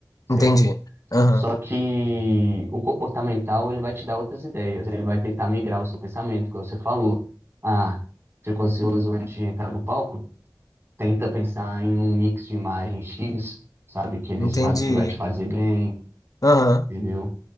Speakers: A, on the right; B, on the left.
A: certo?
B: Entendi. Aham,
A: Só que o comportamental, ele vai te dar outras ideias, ele vai tentar migrar o seu pensamento, que você falou. Ah, ficou ansioso antes de entrar no palco? Tenta pensar em um mix de imagens X, sabe? Que ele
B: Entendi.
A: sabe que vai te fazer bem,
B: Aham.
A: entendeu?